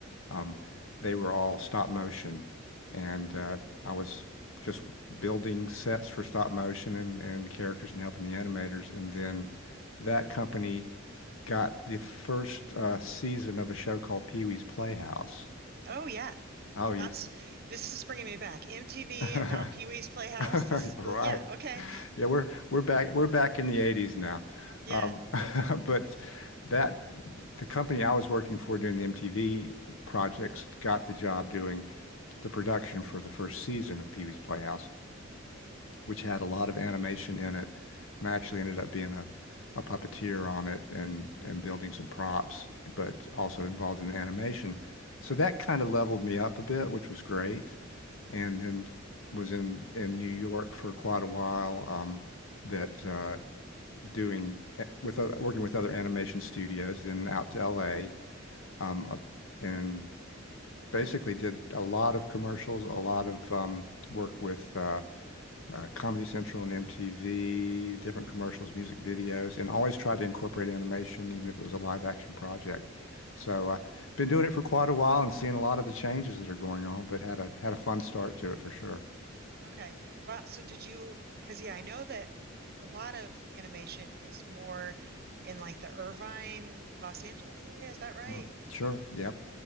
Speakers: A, on the left; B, on the right.
A: Um, They were all stop motion, and uh, I was just building sets for stop motion and, and characters and helping the animators. And then that company got the first uh, season of a show called Pee-wee's Playhouse.
B: Oh, yeah.
A: Oh,
B: That's
A: you
B: this is bringing me back. MTV
A: <laughs>
B: and now Pee-wee's Playhouse. This is
A: right.
B: the, yeah, okay.
A: Yeah, we're we're back we're back in the 80s now.
B: Yeah,
A: Um, <laughs> but that the company I was working for doing the MTV projects got the job doing the production for the first season of Pee Wee's Playhouse, which had a lot of animation in it. And I actually ended up being a, a puppeteer on it and, and building some props, but also involved in the animation. So that kind of leveled me up a bit, which was great. And then was in, in New York for quite a while, um, that uh, doing eh, with uh, working with other animation studios, then out to LA, um, uh, and basically did a lot of commercials, a lot of um, work with uh, uh, Comedy Central and MTV, different commercials, music videos, and always tried to incorporate animation, even if it was a live action project. So, uh, been doing it for quite a while and seeing a lot of the changes that are going on, but had a had a fun start to it for sure.
B: okay. Wow. So, did you, because yeah, I know that a lot of animation is more in like the Irvine, Los Angeles area. Is that right?
A: Mm. Sure. Yep.